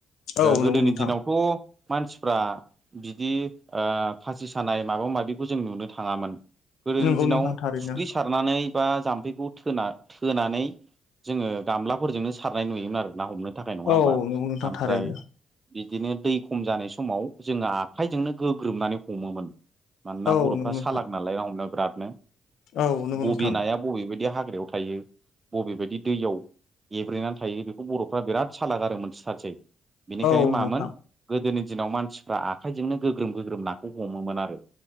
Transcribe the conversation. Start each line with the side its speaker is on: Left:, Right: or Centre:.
Left: औ
Right: गोदोनि
Left: नंगौ नोंथां
Right: दिनावथ' मानसिफ्रा बिदि फासि सानाय माबा माबिखौ जों नुनो थाङामोन गोदोनि
Left: नंगौ
Right: दिनाव
Left: नोंथां थारैनो
Right: फुख्रि सारनानै बा जाम्फैखौना थोना- थोनानै जोङो गामलाफोरजोंनो सारनाय नुयोमोन आरो ना हमनो थाखाय नङा होमबा?
Left: औ नंगौ नोंथां
Right: ओमफ्राय
Left: थारैनो
Right: बिदिनो दै खम जानाय समाव जोङो आखाइजोंनो गोग्रोमनानै हमोमोन। मानोना
Left: औ
Right: बर'फ्रा
Left: नंगौ
Right: सालाग
Left: नोंथां
Right: नालाय हमनोाव बिरादनो
Left: औ नंगौ
Right: बबे
Left: नोंथां
Right: नाया बबेबायदि हाग्रायाव थायो बबेबायायदि दैयाव एब्रेनानै थायो बेखौ बर'फ्रा बिराद साला गार मोनथिथारसै बेनिखायनो
Left: औ
Right: मामोन
Left: नोंथां
Right: गोदोनि दिनाव मानसिफ्रा आखाइजोंनो गोग्रोम गोग्रोम नाखौ हमोमोन आरो।